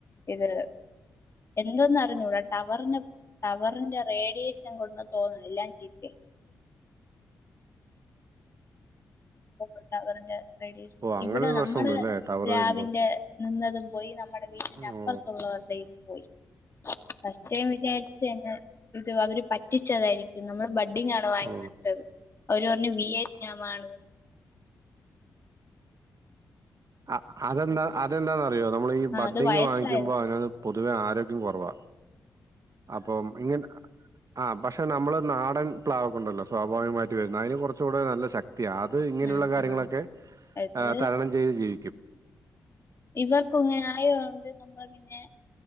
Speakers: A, on the left (about 40°); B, on the right (about 50°).
A: ഇത് എന്തോന്നാ അറിഞ്ഞൂടാ. ടവറിന് ടവറിന്റെ റേഡിയേഷൻ കൊണ്ട് തോന്നണ് എല്ലാം ചീത്തയായി. <unintelligible> ടവറിന്റെ റേഡിയേഷൻ
B: ഓ അങ്ങനെ
A: ഇവിടെ
B: ഒരു
A: നമ്മടെ
B: പ്രശ്നമുണ്ട് അല്ലേ ടവർ
A: പ്ലാവിന്റെ
B: വരുമ്പോ
A: നിന്നതും പോയി. നമ്മടെ വീട്ടിന്റെ അപ്പുറത്തുള്ളവരുടെയും
B: ഓ
A: പോയി. ഫസ്റ്റ് ടൈം വിചാരിച്ച് തന്നെ ഇത് അവര് പറ്റിച്ചതായിരിക്കും. നമ്മള് ബഡിംങ് ആണ് വാങ്ങി
B: ഓ
A: നട്ടത്. അവര് പറഞ്ഞു വിയറ്റ്നാമാണ് എന്ന്.
B: അഹ് അതെന്താ അതെന്താന്നറിയോ? നമ്മൾ ഈ
A: ആഹ്
B: ബഡിങ്ങ്
A: അത് വയസ്സായത്
B: വാങ്ങിക്കുമ്പോ അതിനകത്ത് പൊതുവെ ആരോഗ്യം കൊറവാ. അപ്പം ഇങ്ങനെ ആഹ് പക്ഷേ നമ്മളെ നാടൻ പ്ലാവക്കുണ്ടല്ലോ. സ്വാഭാവികമായിട്ട് വരുന്ന അതിന് കൊറച്ചു കൂടെ നല്ല ശക് ക്ത്യാ. അത് ഇങ്ങനെയുള്ള
A: ആഹ്
B: കാര്യങ്ങളൊക്കെ
A: ആഹ് അത്
B: ഏഹ് തരണം ചെയ്യേം ജീവി
A: ഇവർക്കുങ്ങന ആയോണ്ട് നമ്മള് പിന്നെ